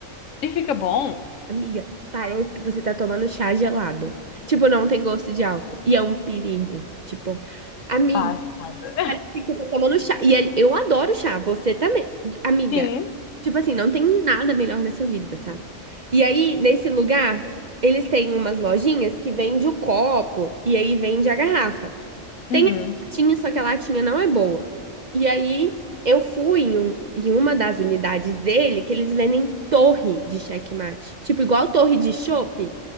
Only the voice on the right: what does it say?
Amiga, parece que você tá tomando chá gelado. Tipo, não tem gosto de álcool. E é um perigo. Tipo, amiga.
Você tá tomando chá. E ele- eu adoro chá, você também, amiga.
Tipo assim, não tem nada melhor nessa vida, sabe? E aí, nesse lugar, eles têm umas lojinhas que vende o copo e aí vende a garrafa.
Tem a latinha, só que a latinha não é boa. E aí, eu fui em, um- em uma das unidades dele que eles vendem torre de checkmate. Tipo, igual torre de chopp.